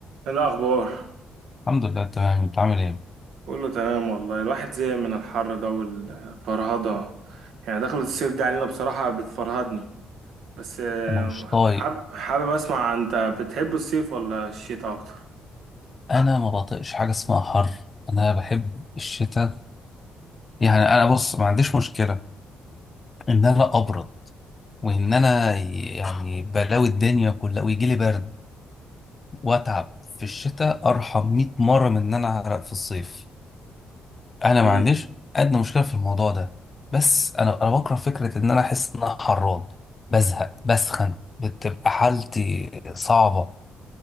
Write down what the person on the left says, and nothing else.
الحمد لله تمام انت عامل ايه
انا مش طايق
انا ما بطيقش حاجه اسمها حر انا بحب الشتاء يعني انا بص ما عنديش مشكله ان انا ابرد وان انا يعني بلاوي الدنيا كلها ويجي لي برد واتعب في الشتاء ارحم 100 مره من ان انا اعرق في الصيف انا
ما عنديش ادنى مشكله في الموضوع ده بس انا انا بكره فكره ان انا احس ان انا حران بزهق بسخن بتبقى حالتي صعبه